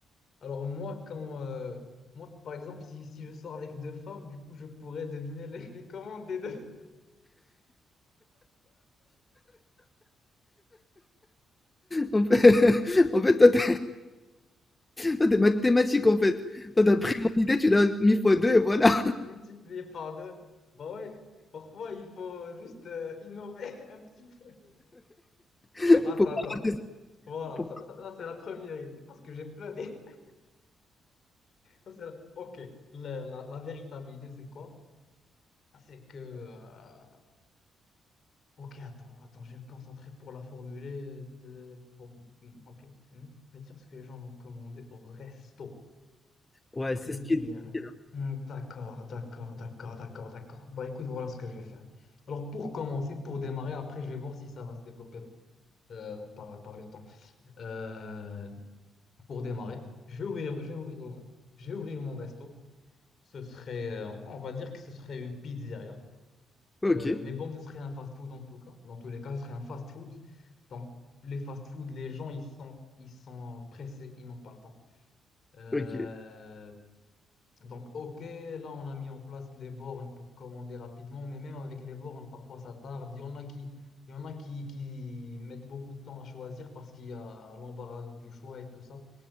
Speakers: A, on the left; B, on the left.
A: Alors moi, quand... euh, Moi, par exemple, si, si je sors avec deux femmes, du coup, je pourrais deviner les, les commandes des deux,
B: En fait, <laughs> en fait, toi, t'es toi, t'es mathématique, en fait. Toi, t'as pris mon idée, tu l'as mis fois deux, et voilà.
A: <laughs> multipliées par deux. Bah ouais, parfois, il faut juste euh, innover <laughs> un petit peu.
B: <laughs>
A: Attends,
B: Faut pas-
A: attends. Voilà,
B: faut
A: ça,
B: pas-
A: ça- ça, c'est la première idée. Parce que j'ai plein d'idées. <laughs> Ça, c'est la- Ok, la, la- la véritable idée, c'est quoi? C'est que... euh, Ok, attends, attends, je vais me concentrer pour la formuler de pour hmm, ok, tu veux prédire ce que les gens vont commander au resto pour
B: ouais,
A: prédire.
B: c'est ce qui est difficile. hein.
A: Hmm, D'accord, d'accord, d'accord, d'accord, d'accord. Bah écoute, voilà ce que je vais faire. Alors pour commencer, pour démarrer, après je vais voir si ça va se développer euh, par, par le temps. Euh, pour démarrer, je vais ouvrir, je vais ouvrir, je vais ouvrir mon resto. Ce serait, euh, on va dire que ce serait une pizzeria.
B: Ok,
A: Euh, mais bon, ce serait un fast-food en tout cas. Dans tous les cas, ce serait un fast-food. Donc, les fast-food, les gens, ils sont, ils sont pressés, ils n'ont pas le temps. Euh,
B: ok.
A: donc, ok, là, on a mis en place les bornes pour commander rapidement, mais même avec les bornes, parfois ça tarde. Il y en a qui, il y en a qui, qui mettent beaucoup de temps à choisir parce qu'il y a l'embarras du choix et tout ça.